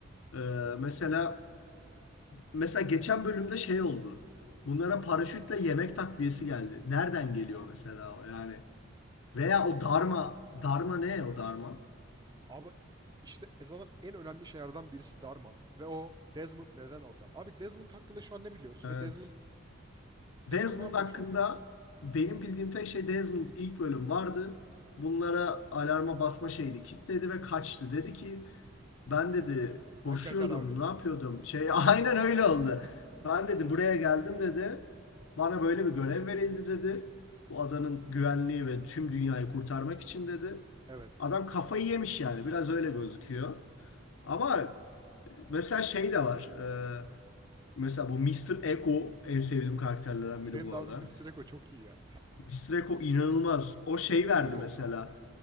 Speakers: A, on the left (about 70°); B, on the right (about 20°).
A: Ee, mesela mesela geçen bölümde şey oldu. Bunlara paraşütle yemek takviyesi geldi. Nereden geliyor mesela o yani? Veya o darma. Darma ne o darma?
B: Abi işte Eza'nın en önemli şeylerden birisi Dharma. Ve o Desmond neden orada? Abi Desmond hakkında şu an ne biliyoruz?
A: Evet.
B: Ve Desmond Desmond
A: Desmond
B: ne yapıyor
A: hakkında
B: şu an?
A: benim bildiğim tek şey Desmond ilk bölüm vardı. Bunlara alarma basma şeyini kilitledi ve kaçtı. Dedi ki Ben dedi
B: Ben ka- ben
A: koşuyordum,
B: kaçar abi.
A: ne yapıyordum? Şey <laughs> aynen öyle oldu.
B: <laughs>
A: Ben dedi buraya geldim dedi. Bana böyle bir görev verildi dedi. Bu adanın güvenliği ve tüm dünyayı kurtarmak için dedi.
B: Evet.
A: Adam kafayı yemiş yani biraz öyle gözüküyor. Ama e, mesela şey de var. e, mesela bu Mister Ego en sevdiğim karakterlerden biri
B: Benim
A: bu
B: de abim
A: arada.
B: Mr. Echo çok iyi ya.
A: Mistreko inanılmaz.
B: <laughs>
A: O şey
B: Mr.
A: verdi
B: Echo.
A: mesela.